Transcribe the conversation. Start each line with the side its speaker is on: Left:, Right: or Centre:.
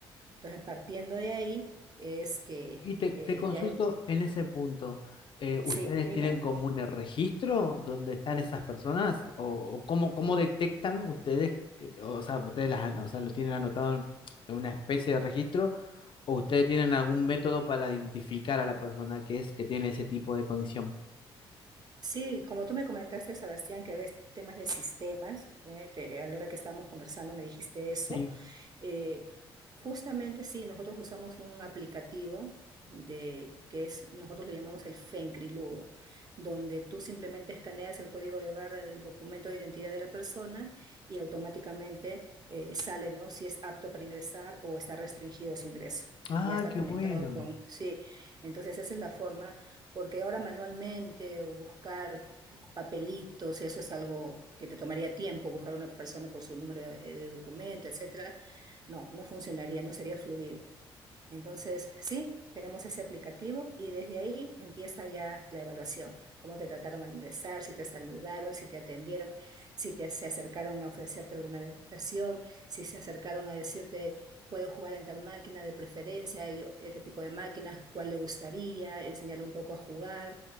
Right: Entonces, partiendo de ahí, es que
Left: Y te,
Right: eh,
Left: te consulto
Right: ya
Left: en ese punto. eh,
Right: Sí,
Left: ¿ustedes
Right: dime.
Left: tienen como un registro donde están esas personas? ¿O, o cómo, cómo detectan ustedes? que- o sea, ustedes las, an- o sea, lo tienen anotado en en una especie de registro. ¿O ustedes tienen algún método para identificar a la persona que es que tiene ese tipo de condición?
Right: Sí, como tú me comentaste, Sebastián, que ves temas de sistemas, ¿eh? Te- a la hora que estábamos conversando me dijiste eso.
Left: Sí.
Right: Eh, justamente sí, nosotros usamos un aplicativo de que es, nosotros lo llamamos el Fencriludo, donde tú simplemente escaneas el código de barra del documento de identidad de la persona y automáticamente eh, sale, ¿no? Si es apto para ingresar o está restringido su ingreso. Y
Left: Ah,
Right: ya está
Left: qué
Right: conectado
Left: bueno.
Right: con, sí, entonces esa es la forma, porque ahora manualmente o buscar papelitos, eso es algo que te tomaría tiempo, buscar a una persona por su número de, de documento, etcétera, no, no funcionaría, no sería fluido. Entonces, sí, tenemos ese aplicativo y desde ahí empieza ya la evaluación, cómo te trataron al ingresar, si te saludaron, si te atendieron, si te, se acercaron a ofrecerte alguna degustación, si se acercaron a decirte, puedo jugar en tal máquina de preferencia, hay este tipo de máquinas, cuál le gustaría, enseñarle un poco a jugar.